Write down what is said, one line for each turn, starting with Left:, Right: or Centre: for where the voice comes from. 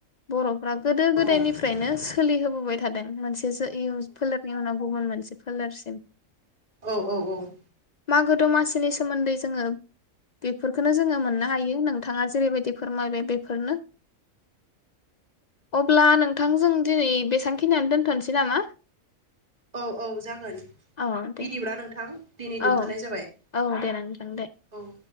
Left: बर'फ्रा गोदो गोदायनिफ्राय फ्रायनो सोलिहोबोबाय थादों मोनसे इसो इयुन फोलेरनि उनाव गुबुन मोनसे फोलेरसिम
Right: औ औ औ
Left: मागो दमासिनि सोमोन्दै जोङो बेफोरखौनो जोङो मोननो हायो नोंथाङा जेरैबायदि फोरमायबाय बे फोरनो अब्ला नोंथांजों दिनै बेसेबांखिनियानो दोनथ'नोसै नामा?
Right: औ औ जागोन
Left: औ दे
Right: बिदिब्ला नोंथां दिनै
Left: औ
Right: दोनथ'नाय जाबाय
Left: औ दे नोंथां
Right: <inaudible>
Left: दे
Right: औ